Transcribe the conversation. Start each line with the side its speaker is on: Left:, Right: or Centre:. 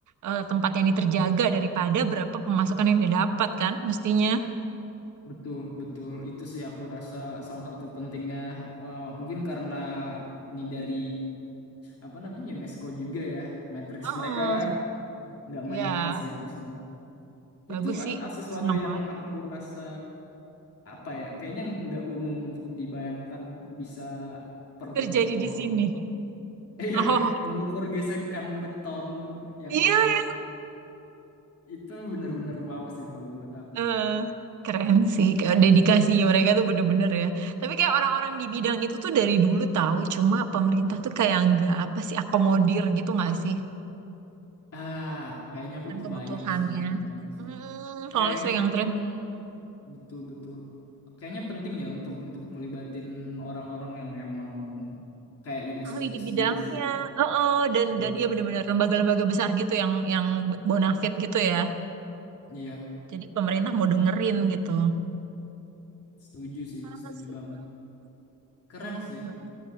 Right: eh, tempat yang ini terjaga daripada berapa pemasukan yang dia dapat kan mestinya.
Left: betul betul itu sih aku rasa salah satu pentingnya eh, mungkin karena ini dari apa namanya UNESCO juga ya Matrix
Right: Heeh.
Left: mereka nggak
Right: Ya,
Left: main-main sih harusnya
Right: bagus
Left: itu a-
Right: sih.
Left: a- sesuatu
Right: Senang
Left: yang
Right: banget
Left: aku rasa apa ya kayaknya nggak umum untuk dibayangkan bisa perlu
Right: terjadi
Left: ngukur
Right: di sini.
Left: <laughs> iya
Right: Oh,
Left: mengukur gesekan beton yang
Right: iya
Left: mana
Right: ya.
Left: Itu bener-bener wow sih kalau buat aku.
Right: Eh, keren sih Kayak dedikasi mereka tuh bener-bener ya. Tapi kayak orang-orang di bidang itu tuh dari dulu tahu cuma pemerintah tuh kayak nggak apa sih akomodir gitu nggak sih?
Left: Ah, kayaknya aku
Right: dan
Left: kebayang
Right: kebutuhannya.
Left: sih, kebayang
Right: Hmm,
Left: sih.
Right: kalau
Left: Kayaknya
Right: ini sering
Left: memang
Right: yang terlihat
Left: betul-betul. Kayaknya penting ya untuk untuk ngelibatin orang-orang yang emang kayak UNESCO
Right: ahli
Left: itu
Right: di bidangnya.
Left: sendiri sih.
Right: Heeh, dan
Left: Oke.
Right: dan iya benar-benar lembaga-lembaga besar gitu yang yang bonafit gitu ya.
Left: Iya,
Right: Jadi pemerintah mau dengerin gitu.
Left: setuju sih,
Right: Ah,
Left: setuju
Right: seru
Left: banget.
Right: banget.
Left: Keren
Right: Mau
Left: sih.
Right: banget.